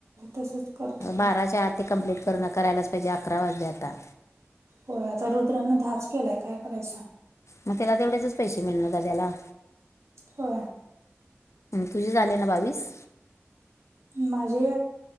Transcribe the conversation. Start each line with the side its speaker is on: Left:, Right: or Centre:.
Right: तसंच करतो की
Left: बाराच्या आ कमप्लीट करून करायलाच पाहिजे अकरा वाजले आता.
Right: होय आता रुद्रनें दहाच केलाय काय करायचा सांग?
Left: मग त्याला तेवढ्याचच पैसे मिळणार दाद्याला
Right: हो
Left: तुझे झाले ना बावीस?
Right: माझे